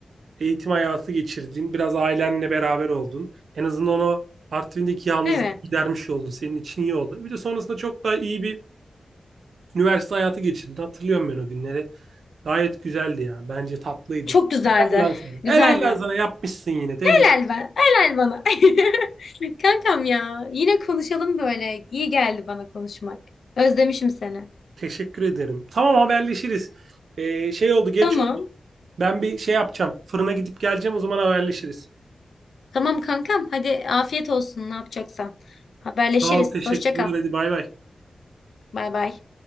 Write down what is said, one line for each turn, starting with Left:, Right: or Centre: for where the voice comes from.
Right: eğitim hayatı geçirdin. Biraz ailenle beraber oldun. En azından o Artvin'deki yalnızlığı
Left: Evet.
Right: gidermiş oldu. Senin için iyi oldu. Bir de sonrasında çok daha iyi bir üniversite hayatı geçirdin. Hatırlıyorum ben o günleri. Gayet güzeldi ya. Bence tatlıydı.
Left: Çok güzeldi.
Right: Helal lan sana.
Left: Güzeldi.
Right: Helal lan sana. Yapmışsın yine. Tebrik.
Left: Helal ben. Helal bana. <laughs> Kankam ya. Yine konuşalım böyle. İyi geldi bana konuşmak. Özlemişim seni.
Right: Teşekkür ederim. Tamam haberleşiriz. Ee, şey oldu, geç
Left: Tamam.
Right: oldu. Ben bir şey yapacağım. Fırına gidip geleceğim. O zaman haberleşiriz.
Left: Tamam kankam. Hadi afiyet olsun ne yapacaksan. Haberleşiriz.
Right: Sağ ol, teşekkürler.
Left: Hoşça kal.
Right: Hadi bay bay.
Left: Bay bay.